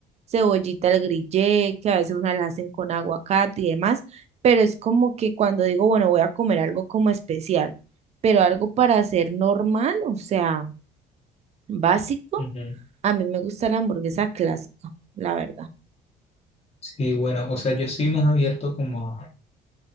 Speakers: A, on the right; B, on the left.
A: cebollita al grillé, que a veces una la hacen con aguacate y demás, pero es como que cuando digo, bueno, voy a comer algo como especial, pero algo para hacer normal, o sea, básico,
B: Ujú.
A: a mí me gusta la hamburguesa clásica, la verdad.
B: Sí, bueno, o sea, yo soy más abierto como a,